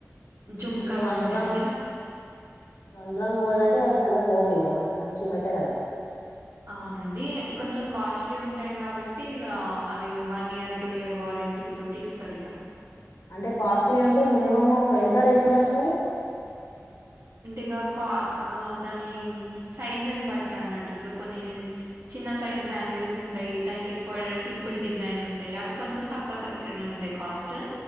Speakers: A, on the right; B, on the left.
A: జుమ్కాస్
B: అంటే వన్
A: ఉంటాయండి
B: గ్రామ్
A: నాకు
B: వన్ గ్రామ్ గోల్డ్
A: ఆ
B: అంటే అవి కలర్ పోవ్ ఇగ మనకి మంచి మెటల్ అది
A: అవునండి కొంచెం కాస్ట్లీ ఉంటాయి కాబట్టి ఇగ అవి వన్ ఇయర్ టూ ఇయర్ వారె రెంటి తోటి ఇస్తాడిగా
B: అంటే కాస్ట్లీ అంటే మినిమం ఎంత రేట్లు అండి అవి
A: అంటే ఇగా కా దాని సైజ్ అని బట్టి అన్నట్టు ఇప్పుడు కొన్ని చిన్న సైజ్ బ్యాంగిల్స్ ఉంటాయి దానికి ఎక్కువ సింపుల్ డిజైన్ ఉంటాయి అవి కొంచెం తక్కువ సై ఉంటాయి కాస్ట్